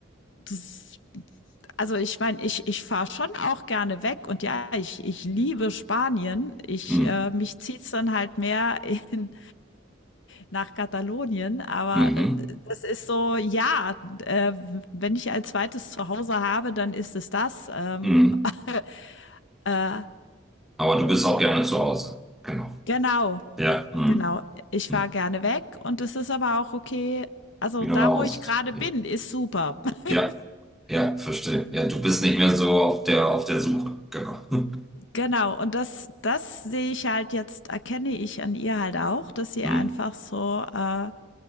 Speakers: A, on the left (about 65°); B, in the centre.
A: Das, also ich meine, ich, ich fahre schon auch gerne weg und ja, ich, ich liebe Spanien. Ich
B: hm,
A: äh, mich zieht's dann halt mehr in, nach Katalonien, aber
B: Mhm.
A: äh, das ist so, ja, äh, wenn ich ein zweites Zuhause habe, dann ist es das. Ähm,
B: Mhm.
A: <laughs> äh,
B: Aber du bist auch gerne zu Hause. Genau.
A: genau,
B: Ja. hm,
A: genau. Ich fahre
B: hm.
A: gerne weg und es ist aber auch okay. Also
B: Wieder
A: da,
B: nach Hause.
A: wo ich gerade
B: Ja.
A: bin, ist super. <laughs>
B: Ja, ja, verstehe. Ja, du bist nicht mehr so auf der auf der Suche. Genau. <laughs>
A: Genau. Und das, das sehe ich halt jetzt, erkenne ich an ihr halt auch, dass sie
B: Hm,
A: einfach so äh,